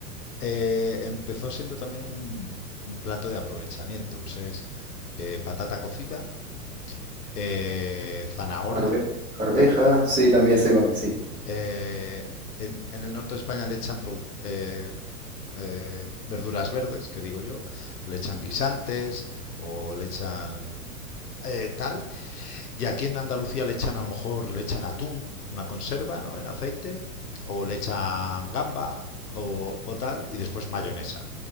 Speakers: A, on the left; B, on the right.
A: eh, empezó siendo también un, un plato de aprovechamiento, pues es eh, patata cocida, eh, zanahoria,
B: arve- arveja,
A: tam-
B: sí, también se come, sí.
A: Eh, en, en, el norte de España le echan produ- eh, eh, verduras verdes, que digo yo, le echan guisantes o le echan eh, tal. Y aquí en Andalucía le echan, a lo mejor, le echan atún, una conserva, ¿no? En aceite, o le echan gamba o, o tal, y después mayonesa,